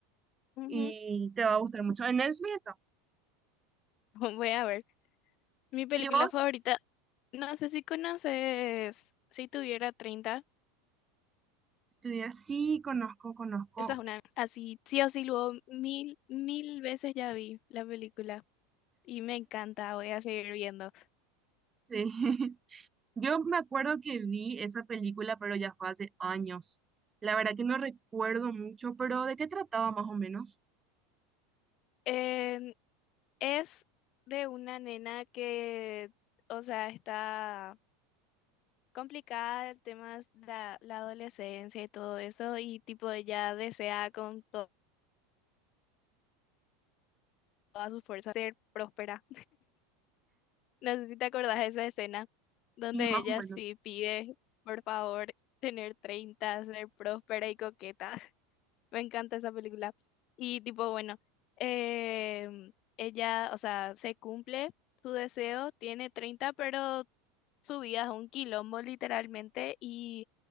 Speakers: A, on the left; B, on the right.
A: Ujú.
B: Y te va a gustar mucho. En Netflix está.
A: <laughs> Voy a ver. Mi película
B: ¿Y vos?
A: favorita, no sé si conoces, si tuviera 30
B: Tú dirás, sí, conozco, conozco.
A: esa es una, así, sí o sí, luego mil, mil veces ya vi la película y me encanta, voy a seguir viendo.
B: Sí. <laughs> Yo me acuerdo que vi esa película, pero ya fue hace años. La verdad que no recuerdo mucho, pero ¿de qué trataba más o menos?
A: Eh, es de una nena que, o sea, está complicada el tema de la, la adolescencia y todo eso y tipo ella desea con to- todas sus fuerzas ser próspera. No sé si te acordás de esa escena donde
B: Sí, más
A: ella
B: o menos.
A: sí pide, por favor, tener 30 ser próspera y coqueta. <laughs> Me encanta esa película. Y tipo, bueno, em, ella, o sea, se cumple su deseo, tiene 30 pero su vida es un quilombo literalmente y